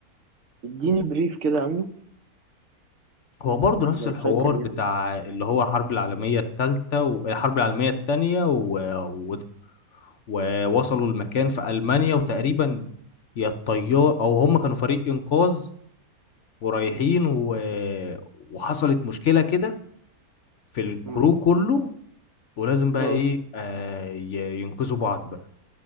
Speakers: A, on the right; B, on the left.
A: اديني بريف كده عنه
B: هو برضه نفس
A: لو
B: الحوار
A: فاكر يعني
B: بتاع اللي هو الحرب العالمية التالتة والحرب العالمية التانية و... و... ووصلوا المكان في ألمانيا وتقريبا يا الطيار أو هم كانوا فريق إنقاذ ورايحين و... وحصلت مشكلة كده في الكرو
A: مم.
B: كله ولازم بقى
A: اه
B: إيه آه ي- ينقذوا بعض بقى